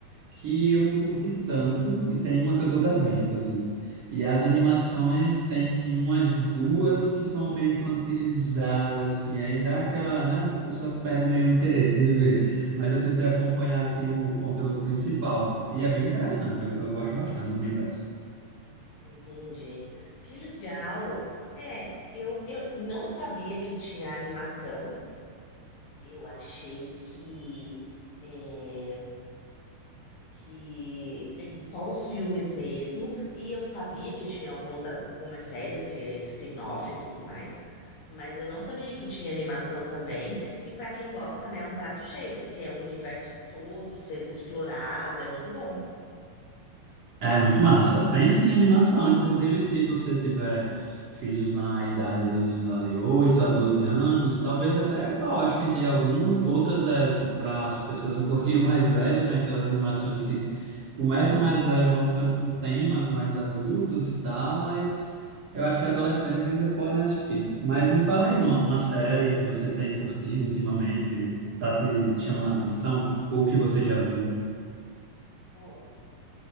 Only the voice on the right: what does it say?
que eu não curti tanto, e tem uma que eu tô devendo, inclusive. E as animações tem umas duas que são meio infantilizadas, assim, aí dá aquela, né? A pessoa perde meio o interesse de ver. Mas eu tentei acompanhar,
assim, o conteúdo principal, e é bem interessante, eu, eu gosto bastante do universo.
É muito massa. Tem sim animação. Inclusive, se você tiver filhos na idade dos ali, 8 a 12 anos, talvez até gostem de algumas. Outras é para as pessoas um <laughs> pouquinho mais velhas, né? Aquelas animações que começam mais leve, e vão ficando com temas mais adultos e tal, mas eu acho que adolescentes ainda podem assistir. Mas me fala aí uma, uma série que você tem curtido ultimamente, que está te chamando a atenção, ou que você já viu.